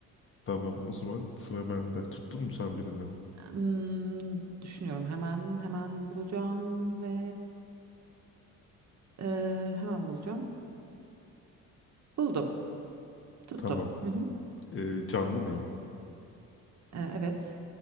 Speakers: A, on the left; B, on the right.
A: Tamam o zaman sıra bende. Tuttun mu sen birini?
B: Hmm, düşünüyorum hemen hemen bulacağım ve e, hemen bulacağım. Buldum. Tuttum.
A: Tamam.
B: Hı hı.
A: Ee, canlı mıyım?
B: Ee, evet.